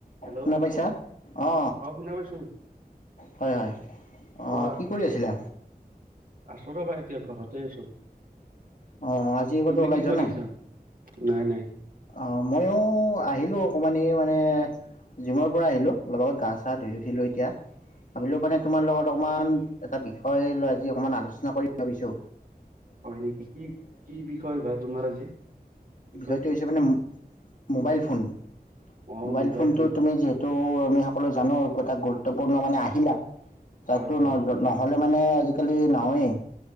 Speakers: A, on the right; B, on the left.
A: Hello
B: শুনা পাইছা অ
A: শুনা পাইছো
B: হয় হয় অ
A: কোৱা
B: কি কৰি আছিলা
A: আছো ৰবা এতিয়া ঘৰতে আছো।
B: অ অ আজি আগতো
A: তুমি
B: ওলাই
A: কি
B: যোৱা
A: কৰিছা
B: নাই
A: নাই নাই
B: অ মইও আহিলো অকমান মানে জিমৰ পৰা আহিলো লগ লগত গা চা ধুই উঠিলো এতিয়া। ভাবিলোঁ মানে
A: হয়
B: তোমাৰ লগত অকণমান এটা বিষয় লৈ আজি অকমান আলোচনা কৰিম ভাবিছো
A: হয় নেকি কি কি বিষয় ভাই তোমাৰ আজি বিষয়
B: বিষয়টো মানে মোবাইল ফোন
A: অ
B: মোবাইল ফোনটো
A: ফোন ভাল
B: তুমি যিহেতু আমি সকলো জানো একো এটা গুৰুত্বপূৰ্ণ মানে আহিলা তাকতো
A: হয় হয়
B: ন
A: হয়
B: নহ'লে মানে আজিকালি নহয়ে।